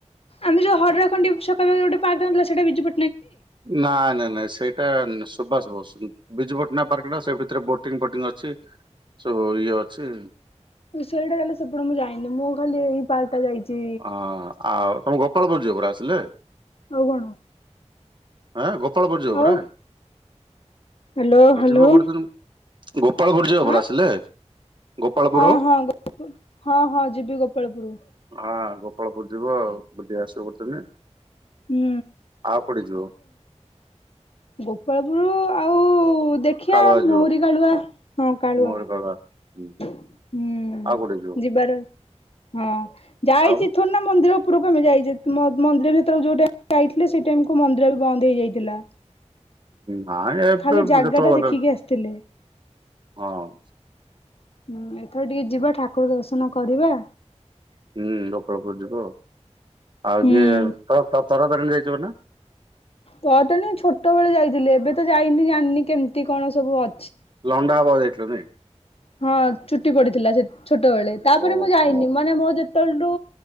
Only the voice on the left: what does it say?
ଆମେ ଯଉ ହଡରା ଖଣ୍ଡି ସକାଳେ ଗୋଟେ ପାର୍କ ରୁ ଆଣିଥିଲେ, ସେଟା ବିଜୁପ
ସେଇଟା ଗଲେ ସେପଟେ ମୁଁ ଯାଇନି ମୁଁ ଖାଲି ଏଇ ପାର୍କ ଟା ଯାଇଛି
ଆଉ କଣ?
ଆଉ
ହ୍ୟାଲୋ
ହ୍ୟାଲୋ
ଆଁ
ହଁ ହଁ ହଁ ହଁ ଯିବି ଗୋପାଳପୁରୁ।
ହୁଁ।
ଗୋପାଳପୁରୁ ଆଉ ଦେଖିଆ
ମହୁରି
କାଳୁଆ ହଁ କାଳୁଆ।
ହୁଁ
ଯିବାର, ହଁ ଯାଇଛି
ଥରେ ନା ମନ୍ଦିର ଉପରକୁଆମେ ଯାଇଚେ ମନ୍ଦିର ଭିତରକୁ ଯୋଉଟାଇମ୍ ରେ ଯାଇଥିଲେ, ସେଇ ଟାଇମ କୁ ମନ୍ଦିର ବି ବନ୍ଦ ହେଇଯାଇଥିଲା।
ଖାଲି ଜାଗା
ଟା
ଦେଖିକି
ଆସିଥିଲେ।
ହୁଁ ଏଥର ଟିକେ ଯିବା ଠାକୁର ଦର୍ଶନ କରିବା।
ହୁଁ।
ତ ତଣ ଛୋଟ ବେଳେ ଯାଇଥିଲି ଏବେ ତ ଯାଇନି ଜାଣିନି କେମିତି କଣ ସବୁ ଅ
ହଁ ଚୁଟି ପଡିଥିଲା ଛୋଟବେେଳେ,
ତାପରେ ମୁଁ ଯାଇନି,
ମାନେ ମୋ ଯେତେବେଳଠୁ